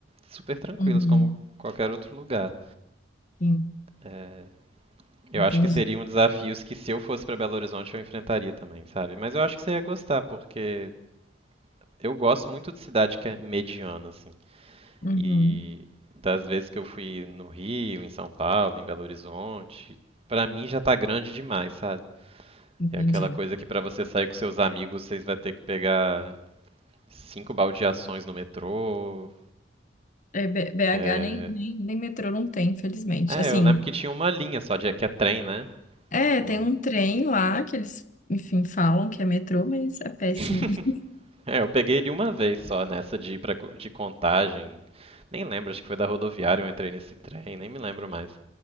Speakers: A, on the right; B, on the left.
A: super tranquilas,
B: Uhum,
A: como qualquer outro lugar.
B: sim,
A: É, eu
B: entendi.
A: acho que seriam desafios que se eu fosse para Belo Horizonte eu enfrentaria também, sabe? Mas eu acho que você ia gostar, porque eu gosto muito de cidade que é mediana, assim.
B: Uhum,
A: E das vezes que eu fui no Rio, em São Paulo, em Belo Horizonte, pra mim já tá grande demais, sabe?
B: entendi.
A: É aquela coisa que pra você sair com seus amigos, vocês vai ter que pegar cinco baldeações no metrô.
B: É, B- BH
A: É...
B: nem, nem, nem metrô não tem, infelizmente.
A: é,
B: Assim,
A: eu lembro que tinha uma linha só, de, que é trem, né?
B: é,
A: No-
B: tem um trem lá que eles, enfim, falam que é metrô, mas é péssimo.
A: <laughs>
B: <laughs>
A: é, eu peguei ele uma vez só nessa de ir pra, de contagem. Nem lembro, acho que foi da rodoviária eu entrei nesse trem, nem me lembro mais.